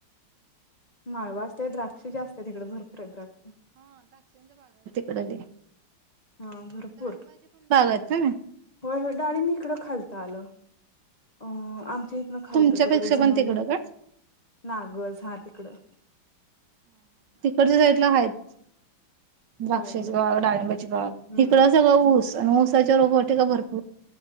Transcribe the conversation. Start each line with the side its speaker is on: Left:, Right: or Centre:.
Left: माळव असतय द्राक्ष जास्त आहेत हीकडे भरपूर द्राक्ष
Right: बरले <inaudible>
Left: हा भरपूर
Right: आहेत का नाही
Left: होय होय डाळीब मी इकडं खालत आलं. अ आम. च्य हितंन खालत
Right: तुमच्यापेक्षा
Left: तिकडं
Right: पण
Left: जुनोनी
Right: तिकडं काय
Left: नागस हा तिकडं.
Right: च्य साईट ला हाय द्राक्षाची
Left: डाळिंब आहेत
Right: बाग डाळिंबाची बाग
Left: हम्म
Right: हिकडं सगळं ऊस प उसाच्या रोप वाटिका आहे का भरपूर